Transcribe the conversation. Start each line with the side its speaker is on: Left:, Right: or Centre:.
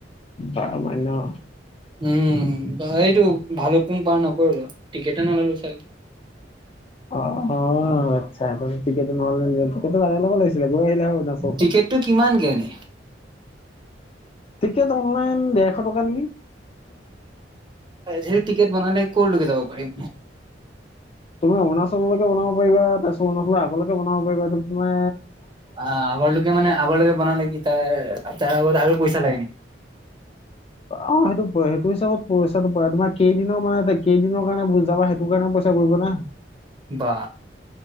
Left: বাৰ মাইল ন
Right: উম এইটো ভালোকপুং পাৰ নকৰিলোঁ টিকেট নললো চ
Left: অ অ, আচ্ছা ক নহ ব ল'ব লাগিছিলে গৈ আহিলে হনা চৌখন
Right: টিকেটটো কিমানকে এনে
Left: টিকেট অনলাইন ডেৰশ টকা নেকি।
Right: ৰি টিকেট বনালে কলৈকে যাব পাৰিম।
Left: তুমি অৰুণাচলৈকে বনাব পাৰিবা। তাৰ পিছত অৰুণাচলৰ আগলৈকে বনাব পাৰিবা। তুমি
Right: অ 'আগৰলৈোকে মানে আগলৈকে ছ কি তাৰ তাৰ আগত আৰু পইচা লাগে নেকি?
Left: অ' সেইটো সেইটো হিচাপত পইচাটো তোমাৰ কেইদিনৰ মানে কেইদিনৰ কাৰণে বুজাবা সেইটো কাৰণে পইচা কৰিব না।
Right: বা।